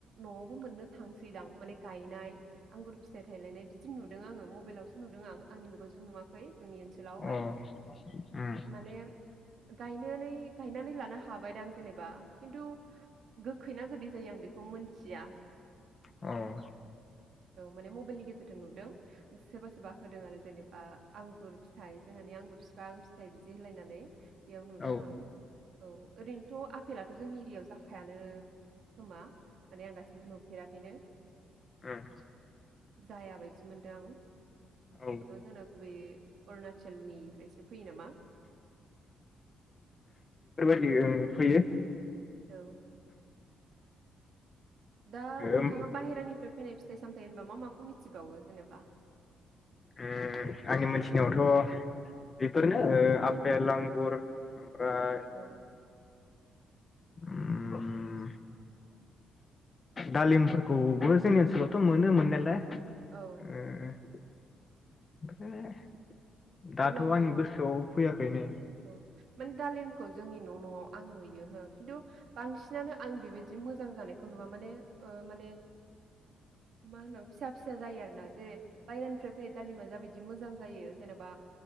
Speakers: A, on the right (about 65°); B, on the left (about 30°).
A: न'आवबो मोननो थांसैदां माने गायनाय आंगुर फिथाइ थायलायनाय बिदि नुदों आङो मबेइलावसो नुदों आं आंनि मेगनजों नुवाखै। जोंनि ओनसोलावहाय
B: उम औ अ
A: माने गायनोनै गायनानै लानो हा थाबायदां जेनेबा खिन्थु गोखै ना गोदै जायो आं बेखौ मोनथिया।
B: अ'
A: औ माने मबाइलनि गे <unintelligible> नुदों। सोबा सोबा होदों आरो जेने ओ आंगुर फिथाइ जोंहानि आंगुर फिफां, फिथाइ बिदि होलायनानै। बेयाव नुदों
B: उम अ उम औ
A: आं औ। ओरैनोथ' आफेलाथ' जोंनि एरियाव जाखायानो खोमा माने आं दासिमबो नुफेराखैनो।
B: ओम।
A: जायाबायदि मोनदो आं।
B: औ
A: बेखौथ जोंना गुबैयै अरुणाचलनिफ्रायसो फैयो नामा।
B: फैयो ओं फैयो।
A: औ दा नोंथाङा
B: ओम
A: बाहेरानिफ्राय फैनाय फिथाइ सामथाय होनबा मा माखौ मिथि थिबावो जेनेबा।
B: उम आंनि मोनथिनायावथ बेफोरनो ओ आपेल आंगुर प्राय।
A: औ
B: <unintelligible> दालिमफोरखौबो जोंनि ओनसोलावथ मोनो मोननायालाय।
A: औ।
B: ओ ओमफ्राय <unintelligible> दाथ
A: अब्लाबो
B: आंनि गोसोआव। फैयाखैनो।
A: औ माने दालिमखौ जोंनि न' न'आव आं नुयो हो खिन्थु बांसिनानो आं बिबायदि मोजां जानायखौ नुवा माने ओ माने मा होनां फिसा फिसा जायो आरोना जेरै बायेरानिफ्राय फैनाय दालिमा जाबायदि मोजां जायो जेनेबा